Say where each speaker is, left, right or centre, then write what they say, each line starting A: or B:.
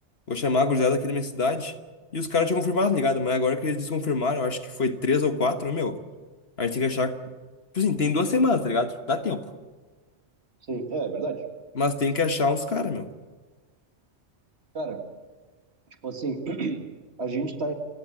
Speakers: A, on the left (about 60°); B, on the right (about 60°).
A: vou chamar a gurizada aqui da minha cidade. E os caras tinham confirmado, tá ligado? Mas agora que eles desconfirmaram, eu acho que foi três ou quatro, né, meu, a gente tem que achar, tipo assim, tem duas semanas, tá ligado? Dá tempo.
B: Sim, é é verdade.
A: Mas tem que achar uns caras, meu.
B: Cara, tipo assim, <clears throat> a gente tá